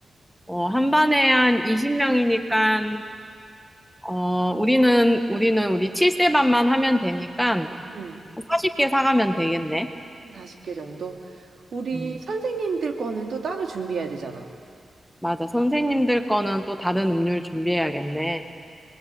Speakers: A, in the centre; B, on the right.
A: 어, 한 반에 한 20명이니까, 어, 우리는, 우리는 우리 7세 반만 하면 되니까
B: 음,
A: 40개 사가면 되겠네.
B: 한 40개 정도. 우리
A: 음,
B: 선생님들 거는 또 따로 준비해야 되잖아.
A: 맞아. 선생님들 거는 또 다른 음료를 준비해야겠네.